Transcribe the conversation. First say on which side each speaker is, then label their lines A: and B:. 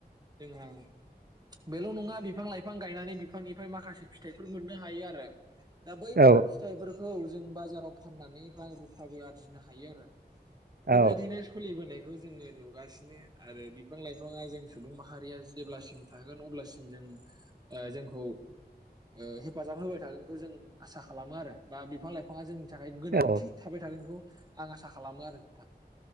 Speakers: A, on the right (about 25°); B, on the right (about 65°).
A: जोंहा बेल' नङा बिफां लाइफां गायनानै बिफांनिफाय माखासे फिथाइफोर मोननो हायो आरो दा बैफोर
B: औ
A: फिथाइफोरखौ जों बाजाराव फाननानै रां रू फाबो आरजिनो हायो आरो
B: औ
A: बेबायदिनो सलिबोनाय <unintelligible> जोङो नुगासिनो आरो बिफां लाइफाङा जों सुबुं माहारिया जेब्लासिम थागोन अब्लासिम जों ओ जोंखौ ओ हेफाजाब होबाय थागोनखौ जों आसा खालामो आरो बा बिफां लाइफाङा जोंनि थाखाय गोनांथि
B: औ
A: <unintelligible> आं आसा खालामो आरो नोंथां